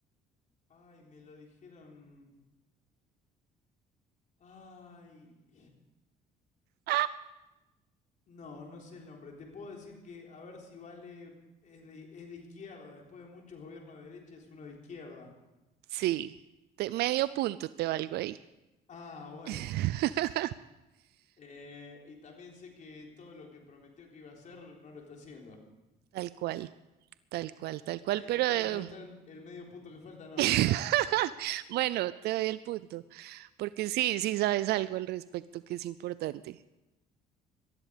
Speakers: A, on the left (about 45°); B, on the right (about 70°).
A: Ay, me lo dijeron. Ay.
B: Ah,
A: No, no sé el nombre. Te puedo decir que a ver si vale. Es de, es de izquierda. Después de muchos gobiernos de derecha, es uno de izquierda.
B: Sí, te- medio punto te valgo ahí.
A: Ah, bueno.
B: <laughs>
A: Eh, y también sé que todo lo que prometió que iba a hacer no lo está haciendo.
B: Tal cual, tal cual, tal cual,
A: Ahí
B: pero
A: no está,
B: eh,
A: no está el, el medio punto que falta, no,
B: <laughs>
A: ¿no?
B: bueno, te doy el punto. Porque sí, sí sabes algo al respecto que es importante.